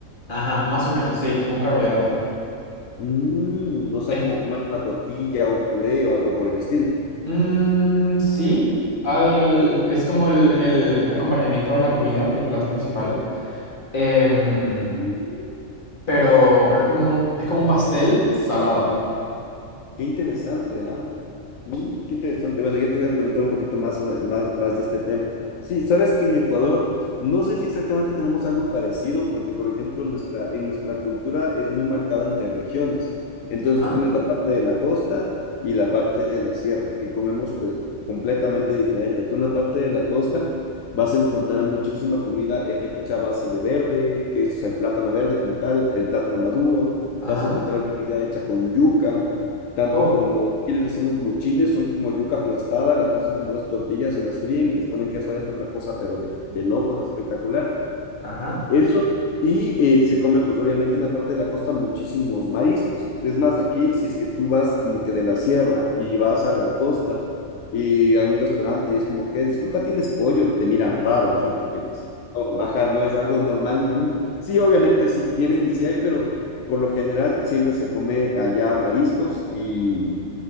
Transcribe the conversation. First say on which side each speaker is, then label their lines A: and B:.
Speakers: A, on the left; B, on the left.
A: Ajá, más o menos, sí, como un carbohidrato.
B: Mm, o sea,
A: Es
B: como
A: que-
B: comer una tortilla, un puré o algo por el estilo.
A: mm, sí, al- es como el, el acompañamiento de la comida, del plato principal. Em,
B: Mm.
A: pero, pero es como un, es como un pastel salado.
B: Qué interesante, ¿ah? Mm, qué interesante. Bueno, ya te voy a preguntar un poquito más, a- más, más de este tema. Sí, sabes que en Ecuador, no sé si exactamente tenemos algo parecido, porque, por ejemplo, nuestra, en nuestra cultura es muy marcada entre regiones. Entonces,
A: Ajá,
B: tú tienes la parte de la costa y la parte de la sierra, que comemos, pues, completamente diferente. Tú en la parte de la costa vas a encontrar muchísima comida hecha a base de verde, que es, o sea, el plátano verde como tal, el plátano maduro.
A: ajá,
B: Vas a encontrar comida hecha con yuca tanto
A: oh,
B: como aquí les decimos muchines, son como yuca aplastada, las hacen como unas tortillas y las fríen y les ponen queso adentro, una cosa pero de, de locos, espectacular.
A: ajá.
B: Eso, y eh, se come pues obviamente en la parte de la costa muchísimos mariscos. Es más, aquí si es que tú vas como que de la sierra y vas a la costa y a un restaurante y es como que, disculpa, ¿tienes pollo? Te miran raro así porque pues, no, baja, no es algo normal y común. Sí, obviamente sí tienen y sí hay, pero... Por lo general siempre se come allá mariscos y,